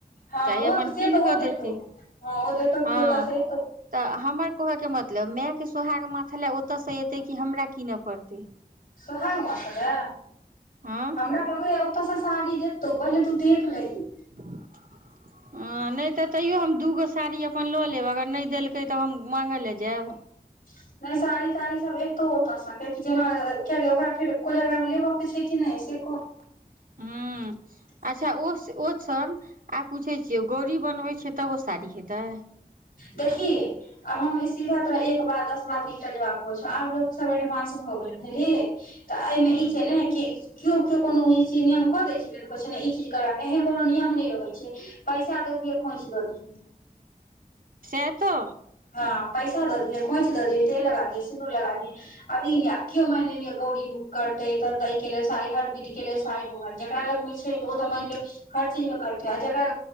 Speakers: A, on the left; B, on the right.
A: हँ
B: चाहे
A: ओ
B: अपन
A: तऽ से
B: कीनि
A: तऽ
B: कऽ
A: ओ
B: देतै
A: देतौ हँ ओ देतौ
B: हँ
A: केओ तऽ से देतौ
B: तऽ हमर कहयके मतलब मायके सोहागे माथ लए ओतयसँ एतै कि हमरा कीनऽ पड़तै
A: सोहागे माथ ले
B: हँ
A: हमरा होय ये ओतऽसँ साड़ी देतौ पहिले तू देख लेही
B: हँ नहि तऽ तैयो हम दूगो साड़ी अपन लऽ लेब अगर नहि देलकै तऽ हम माँगै लए जाएब
A: <inaudible> नहि साड़ी ताड़ी सब एतौ ओतऽ से कियकि जेना कियकि ओकरा फेर कोजगरा मे लेबऽ के छै कि नहि से को <inaudible>
B: हूँ अच्छा ओ ओ छ आ पूछै छियै गौरी बनबै छियै तब ओ साड़ी हेतै
A: देखि आब हम सीधा तो एक बार दस बार की कल जबा कहै छ आब लोक सब एडवानंस भ गेलै बुझली तऽ एहिमे
B: हूँ
A: ई छै ने कि केओ केओ कोनो ई चीज नियम क दय छल तऽ कह छै ने ई चीज करबा के एहन कोनो नियम नहि रहै छै पैसा द दिहैं खोइछ दियै
B: सेह तऽ
A: हँ पैसा दऽ दियै खोइच दऽ दिय तेल लगा दिय सिन्दूर लगा दियै अभी आब कियो मानि लिय गौरी करतै तऽ त ई के लेल सारी हर बीध के लेल साडी़ जेकरा लगमे छै ओ त म ल हर चीज में करत ह आ जगरा